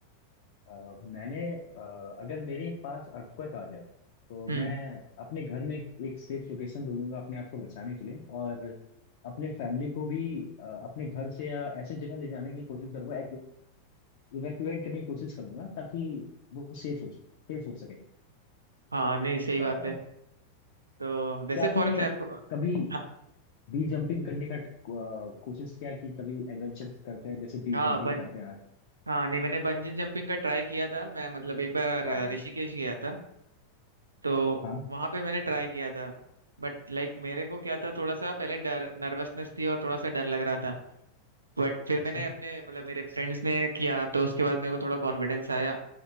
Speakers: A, on the left; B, on the right.
A: अ, मैंने अ, अगर मेरे पास अर्थक्वेक आ जाए तो
B: हम्म
A: मैं अपने घर में एक, एक सेफ लोकेशन ढूंढूंगा अपने आप को बचाने के लिए और अपने फैमिली को भी अ, अपने घर से या ऐसे जगह ले जाने की कोशिश करूंगा इवैक्यूएट करने की कोशिश करूंगा ताकि वो सेफ हो सेफ हो सके
B: हाँ नहीं सही
A: अ,
B: बात है तो जैसे
A: क्या आपने
B: फॉर एग्जाम्पल
A: कभी
B: हाँ
A: बी जंपिंग करने का अ, कोशिश किया है कि कभी एडवेंचर करते हैं जैसे बी
B: हाँ,
A: जंपिंग
B: बन
A: करते हैं आज
B: हाँ नहीं मैंने बंजी जंपिंग का ट्राई किया था मैं मतलब एक बार अ,
A: आह,
B: ऋषिकेश गया था तो
A: हाँ
B: वहां पे मैंने ट्राई किया था बट लाइक मेरे को क्या था थोड़ा सा पहले डर नर्वसनेस थी और थोड़ा सा डर लग रहा था बट फिर
A: अच्छा
B: मैंने अपने मतलब मेरे फ्रेंड्स ने किया तो उसके बाद मेरे को थोड़ा कॉन्फिडेंस आया